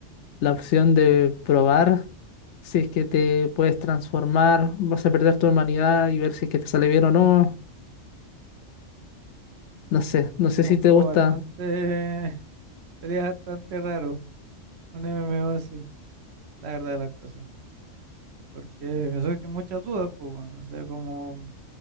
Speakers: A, on the left; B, on the right.
A: la opción de probar si es que te puedes transformar, vas a perder tu humanidad y ver si es que te sale bien o no. No sé, no sé
B: Sería
A: si
B: un
A: te
B: juego
A: gusta.
B: bastante, <laughs> sería bastante raro, un MMO así, la verdad de las cosas. Porque me surgen muchas dudas, pues, bueno, o sea, como...